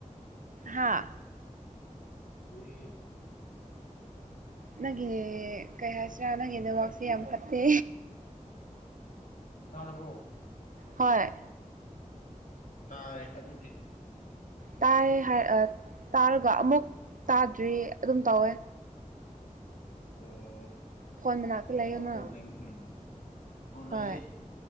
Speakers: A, on the right; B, on the left.
A: ꯍꯥꯥ
B: ꯍꯩꯌꯦ
A: ꯅꯪꯒꯤ ꯀꯩ ꯍꯥꯏꯁꯤꯔꯥ ꯅꯪꯒꯤ ꯅꯦꯠꯋꯥꯛꯁꯦ ꯌꯥꯝ ꯐꯠꯇꯦ
B: ꯇꯥꯔꯕꯣ
A: ꯍꯣꯏ
B: ꯇꯥꯏ ꯑꯗꯨꯗꯤ
A: ꯇꯥꯏꯌꯦ ꯍꯥꯏꯔ ꯑ ꯇꯥꯔꯒ ꯑꯃꯨꯛ ꯇꯥꯗ꯭ꯔꯤ ꯑꯗꯨꯝ ꯇꯧꯋꯦ
B: ꯑꯣ
A: ꯐꯣꯟ ꯃꯅꯥꯛꯇ ꯂꯩꯌꯨꯅ
B: ꯅꯦꯠꯋꯥꯛ ꯄ꯭ꯔꯣꯕ꯭ꯂꯦꯝ ꯂꯩꯔꯝꯒꯅꯤ ꯑꯣ ꯂꯩꯌꯦ
A: ꯍꯣꯏ